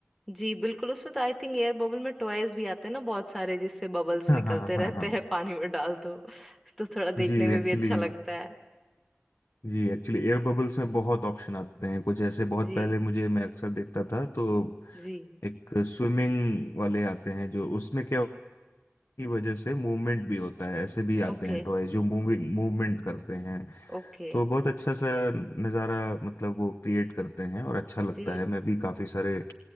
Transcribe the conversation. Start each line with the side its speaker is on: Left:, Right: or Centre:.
Centre: जी बिल्कुल उसमें तो आई थिंक एयर बबल में टॉयज भी आते हैं ना बहुत सारे जिससे बबल्स
Left: <laughs> हाँ
Centre: निकलते
Left: हाँ हाँ
Centre: रहते
Left: हाँ।
Centre: हैं पानी में डाल दो तो थोड़ा
Left: जी
Centre: देखने में
Left: एक्चुअली
Centre: भी अच्छा लगता है
Left: जी एक्चुअली एयर बबल्स में बहुत ऑप्शन आते हैं कुछ ऐसे बहुत
Centre: जी
Left: पहले मुझे मैं अक्सर देखता था तो
Centre: जी
Left: एक स्विमिंग वाले आते हैं जो उसमें क्या की वजह से मूवमेंट भी होता है ऐसे भी आते
Centre: Okay
Left: हैं टॉय जो मूविंग मूवमेंट करते हैं
Centre: okay
Left: तो बहुत अच्छा सा नज़ारा मतलब वो क्रिएट करते हैं और अच्छा लगता
Centre: जी
Left: है मैं भी काफ़ी सारे